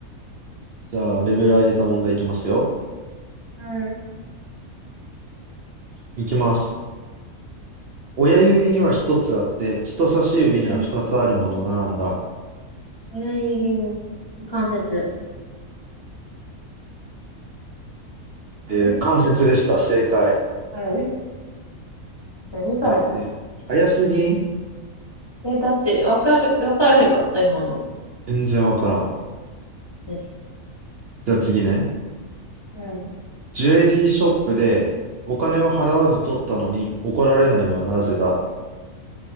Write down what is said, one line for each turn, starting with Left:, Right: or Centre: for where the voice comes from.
Right: じゃあ、レベル上げた問題いきますよ。
Left: うん。
Right: いきます。親指には一つあって、人差し指には二つあるものなんだ。
Left: うん。親指にして、関節。
Right: えー、
Left: え
Right: 関節でした。正解。
Left: うん。何それ。
Right: すえ、早すぎん
Left: え、だって、わかる、わからへんかった、今の。
Right: 全然わからん。
Left: マジ
Right: じゃあ次ね。
Left: うん。
Right: ジュエリーショップでお金を払わず取ったのに怒られないのはなぜだ